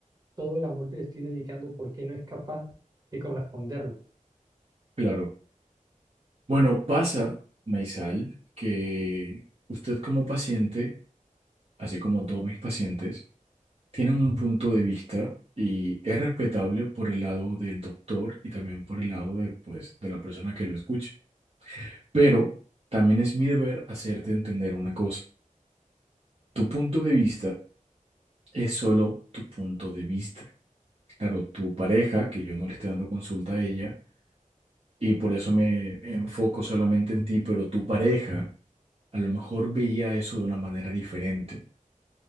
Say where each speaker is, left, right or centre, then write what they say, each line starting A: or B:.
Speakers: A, on the right; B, on the right.
A: todo el amor que le estoy dedicando, ¿por qué no es capaz de corresponderlo?
B: claro. Bueno, pasa, Maisal, que usted como paciente, así como todos mis pacientes, tienen un punto de vista y es respetable por el lado del doctor y también por el lado de, pues, de la persona que lo escucha. Pero también es mi deber hacerte entender una cosa. Tu punto de vista es solo tu punto de vista. Claro, tu pareja, que yo no le estoy dando consulta a ella, y por eso me enfoco solamente en ti, pero tu pareja a lo mejor veía eso de una manera diferente.